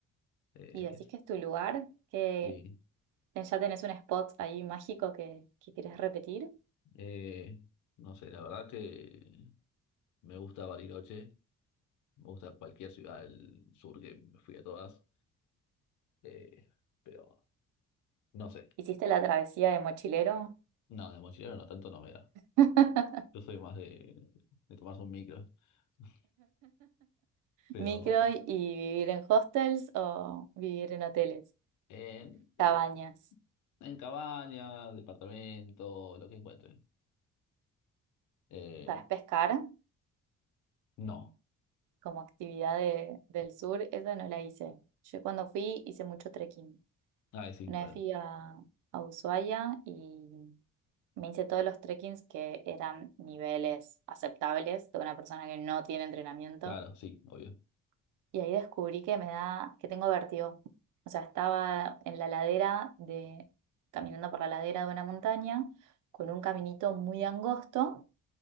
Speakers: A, on the left (about 75°); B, on the right (about 85°).
A: Eh,
B: Y decís que es tu lugar, que
A: sí,
B: ya tenés un spot ahí mágico que, que querés repetir.
A: eh, no sé, la verdad que me gusta Bariloche, me gusta cualquier ciudad del sur que me fui a todas. eh, pero No sé.
B: ¿Hiciste la travesía de mochilero?
A: No, de mochilero no, tanto no me da.
B: <laughs>
A: Yo soy más de, de tomarse un micro. <laughs> Pero
B: ¿Micro y vivir en hostels o vivir en hoteles,
A: en, eh,
B: cabañas?
A: en cabaña, departamento, lo que encuentre. Eh,
B: ¿Sabes pescar?
A: no.
B: Como actividad de- del sur, esa no la hice. Yo cuando fui hice mucho trekking.
A: Ah, sí,
B: Una
A: bueno.
B: vez fui a, a Ushuaia y me hice todos los trekkings que eran niveles aceptables de una persona que no tiene entrenamiento.
A: Claro, sí, obvio.
B: Y ahí descubrí que me da, que tengo vértigo. O sea, estaba en la ladera de, caminando por la ladera de una montaña con un caminito muy angosto.